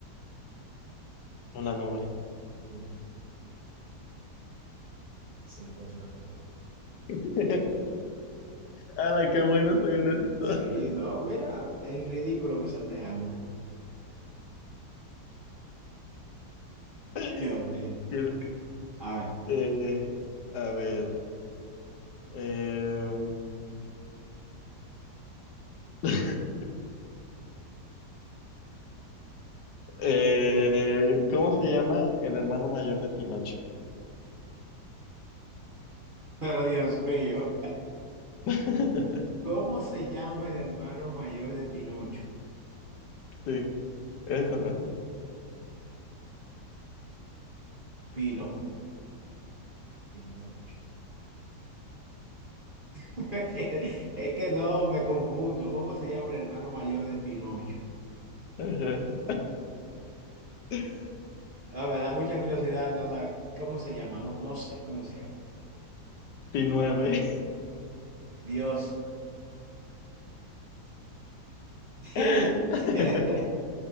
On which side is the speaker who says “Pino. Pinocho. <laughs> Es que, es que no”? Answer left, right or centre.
Right